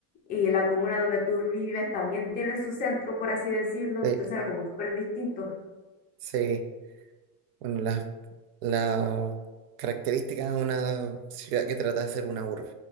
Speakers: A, on the left; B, on the right.
A: y la comuna donde tú vives también tiene su centro, por así decirlo,
B: Sí,
A: entonces era como súper distinto.
B: sí. Bueno, la, la característica de una ciudad que trata de ser una urbe.